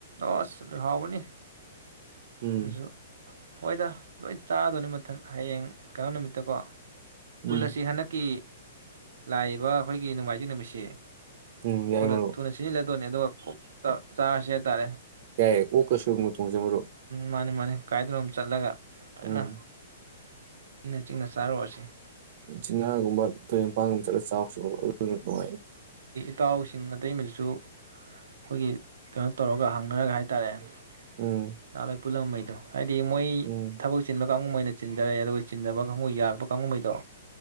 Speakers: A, on the right; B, on the right.
A: ꯑꯁ ꯍꯥꯎꯕꯅꯤ꯫
B: ꯎꯝ
A: ꯗꯨꯖꯨ ꯍꯣꯏꯗ ꯂꯣꯏ ꯆꯥꯗꯣꯏꯅꯤ ꯃ ꯏꯊꯟ ꯍꯌꯦꯡ ꯀꯩꯅꯣ ꯅꯨꯃꯤꯠꯇ ꯀꯣ꯫
B: ꯎꯝ
A: ꯄꯨꯜꯂꯁꯤ ꯍꯟꯗꯛꯀꯤ ꯂꯥꯛꯏꯕ ꯑꯩꯈꯣꯏꯒꯤ ꯅꯣꯡꯃꯥꯏꯖꯤꯡ ꯅꯨꯃꯤꯠꯁꯤ
B: ꯎꯝ ꯌꯥꯏ
A: ꯊꯨꯅ
B: ꯃꯔꯨꯞ
A: ꯊꯨꯅꯁꯤꯖꯤ ꯂ ꯑꯗꯨꯅꯦ ꯑꯗꯨꯒ ꯆꯥꯁꯦ ꯍꯥꯏꯇꯥꯔꯦ
B: ꯌꯥꯏ ꯑꯣꯛꯀ ꯁꯣꯏꯕꯨꯝꯒ ꯊꯣꯡꯁꯦ ꯃꯔꯨꯞ
A: ꯃꯥꯅꯦ ꯃꯥꯅꯦ ꯀꯥꯏꯗꯅꯣꯝ ꯆꯠꯂꯒ ꯐꯖꯅꯥ
B: ꯎꯝ
A: ꯏꯪꯅ ꯆꯤꯛꯅ ꯆꯥꯔꯣꯁꯤ
B: ꯆꯤꯡꯌꯥꯒꯨꯝꯕ ꯇꯨꯔꯦꯟꯄꯥꯟꯒꯨꯝꯕ ꯆꯠꯂ ꯆꯥꯎꯁꯣ ꯑꯗꯨꯅ ꯅꯨꯡꯉꯥꯏꯅꯤ
A: ꯇꯥꯎꯁꯤꯡ ꯑꯇꯩ ꯃꯗꯨꯁꯨ ꯑꯈꯣꯏꯒꯤ ꯀꯅꯣ ꯇꯧꯔꯒ ꯍꯪꯅꯔꯒ ꯍꯥꯏꯇꯥꯔꯦ <unintelligible>
B: ꯎꯝ
A: ꯄꯨꯜꯂꯝꯃꯩꯗꯣ ꯍꯥꯏꯗꯤ ꯃꯣꯏ
B: ꯎꯝ
A: ꯊꯕꯛ ꯆꯤꯟꯕ ꯀꯥꯡꯉꯨꯝꯃꯩꯅ ꯆꯤꯟꯗꯔꯦ ꯑꯗꯨꯒ ꯆꯤꯟꯗꯕ ꯀꯥꯡꯉꯨ ꯌꯥꯔꯛꯄ ꯀꯥꯡꯉꯨꯃꯩꯗꯣ